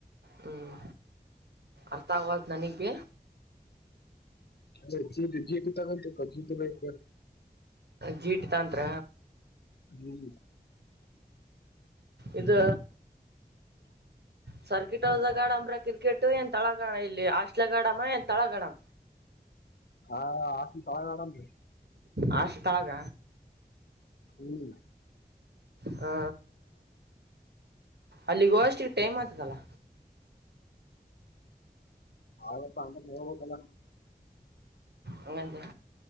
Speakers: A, on the right (about 75°); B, on the left (about 70°).
A: ಹ್ಮ್ ಅರ್ಥ ಆಗವಲ್ದು ನನ್ಗೆ
B: ಅದೇ ಜಿ <unintelligible>
A: ಜೀಟ್ ತಂತ್ರ
B: ಹ್ಮ್.
A: ಇದು
B: <unintelligible>
A: ಸರ್ಕಿಟ್ ಹೌಸ್ ಗಾಡಂಬ್ರ ಕ್ರಿಕೆಟ್ ಏನ್ ತಳಗಣ ಇಲ್ಲಿ ಆಸ್ಲ ಗಾಡಮ್ಮ ಏನ್ ತಳಗಡಣ
B: ಹಾ <unintelligible> ಮೇಡಾಮ ರೀ
A: ಹಸ್ತಲಾಗ
B: ಹ್ಮ್
A: ಹಾ ಅಲ್ಲಿ ಹೋಗೋ ಅಷ್ಟಿಗೆ ಟೈಮ್ ಆಗ್ತದಲ್ಲ.
B: ಹೌದಪ್ಪ ಹೇಳಬೇಕೆಲ್ಲ
A: ಹಂಗಂದೆ